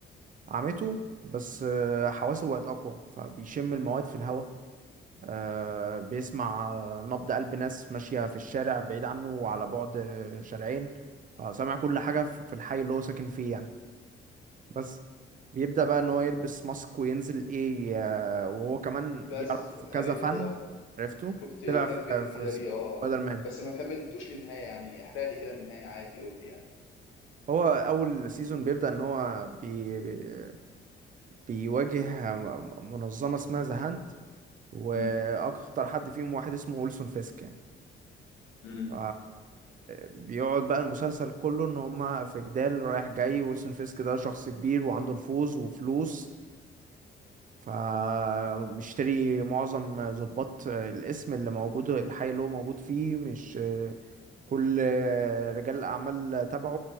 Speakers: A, on the right; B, on the left.
A: عمته بس آه، حواسه بقت اقوى فبيشم المواد في الهواء آه، بيسمع آه، نبض قلب ناس ماشيه في الشارع بعيد عنه وعلى بعد آه، شارعين فسمع كل حاجه في في الحي اللي هو ساكن فيه يعني بس بيبدأ بقى ان هو يلبس ماسك وينزل ايه آه، وهو كمان يعرف
B: بس
A: كذا
B: عرفته
A: فن
B: اه
A: عرفته
B: شفت
A: طلع
B: كام
A: في
B: فيديو
A: في
B: كده
A: سبايدر
B: ليه اه اه
A: مان
B: بس ما كملتوش للنهايه يعني احرق لي كده النهايه عادي قول لي يعني
A: هو اول سيزون بيبدأ ان هو بي بي- بيواجه منظمة اسمها ذا هاند واخطر
B: مم.
A: حد فيهم واحد اسمه ويلسون فيسك يعني
B: مم.
A: ف- بيقعد بقى المسلسل كله ان هما في جدال رايح جاي ويلسون فيسك ده شخص كبير وعنده نفوذ وفلوس فمشتري معظم ضباط الاسم اللي موجود الحي اللي هو موجود فيه مش كل رجال الأعمال تبعه